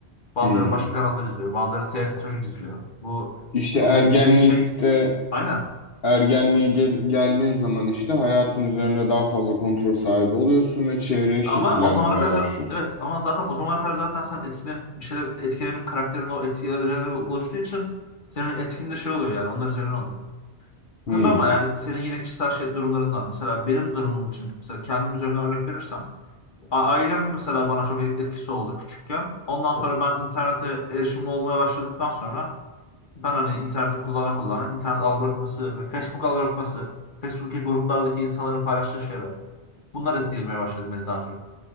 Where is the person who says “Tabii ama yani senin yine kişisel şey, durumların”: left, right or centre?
Left